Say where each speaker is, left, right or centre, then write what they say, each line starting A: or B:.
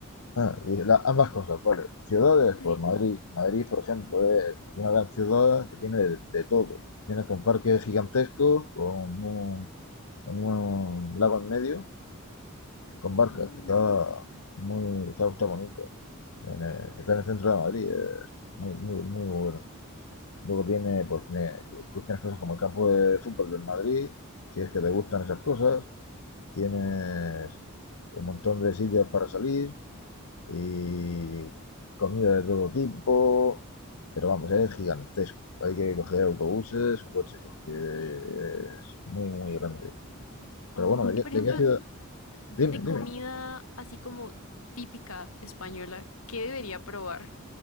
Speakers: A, on the left; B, on the left.
A: Ah, y la- ambas cosas, vale. Ciudades,
B: Sí.
A: pues Madrid. Madrid, por ejemplo, es pues, una gran ciudad que tiene de, de todo. Tienes un parque gigantesco con un, con un lago en medio, con
B: Oh.
A: barcas, que está muy, está, está bonito. En el- que está en el centro de Madrid, es muy, muy, muy bueno. Luego tiene, pues, tiene, pues, tienes cosas como el campo de fútbol del Madrid, si es que te gustan esas cosas. Tienes un montón de sitios para salir, y comida de todo tipo, pero vamos, es gigantesco. Hay que coger autobuses o coches porque es muy, muy grande.
B: Oh,
A: Pero bueno, ¿de
B: y
A: qué,
B: por
A: de
B: ejemplo,
A: qué ciudad?
B: de
A: Dime, dime.
B: comida así como típica española, ¿qué debería probar